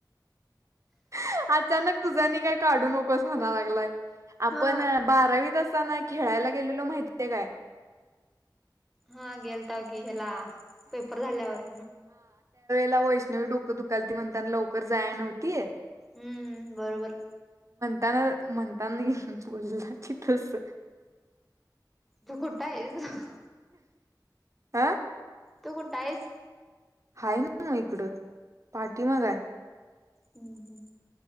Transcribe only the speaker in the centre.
हा
हा गेलताव की हेला पेपर झाल्यावर.
हम्म बरोबर
तू कुठं हाईस?
तू कुठं हाईस?
हुं, हु.